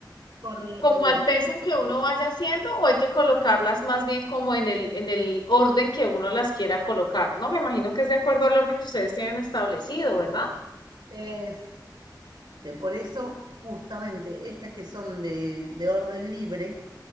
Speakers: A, on the right; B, on the left.
A: Correlatividad.
B: como al pensum que uno vaya haciendo, o hay que colocarlas más bien como en el, en el orden que uno las quiera colocar, ¿no? Me imagino que es de acuerdo al orden que ustedes tienen establecido, ¿verdad?
A: Excelente. Por eso, justamente, estas que son de, de orden libre